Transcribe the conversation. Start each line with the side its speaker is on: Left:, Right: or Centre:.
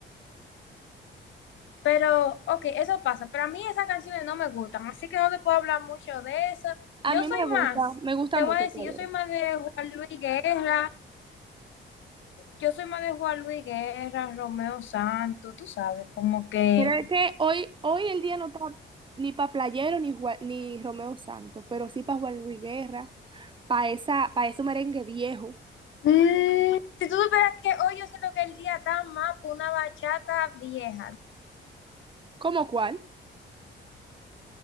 Left: Pero, ok, eso pasa. Pero a mí esas canciones no me gustan, así que no te puedo hablar mucho de eso.
Right: A
Left: Yo
Right: mí
Left: soy
Right: me gusta,
Left: más,
Right: me gusta
Left: te
Right: mucho
Left: voy a decir,
Right: Teodoro.
Left: yo soy más de Juan Luis Guerra, yo soy más de Juan Luis Guerra, Romeo Santos, tú sabes, como que
Right: Pero es que hoy, hoy el día no está ni para Playero ni, Jua- ni Romeo Santos, pero sí para Juan Luis Guerra, para esa, para ese merengue viejo.
Left: Mm, si tú supieras que hoy yo siento que el día está más por una bachata vieja.
Right: ¿Cómo cuál?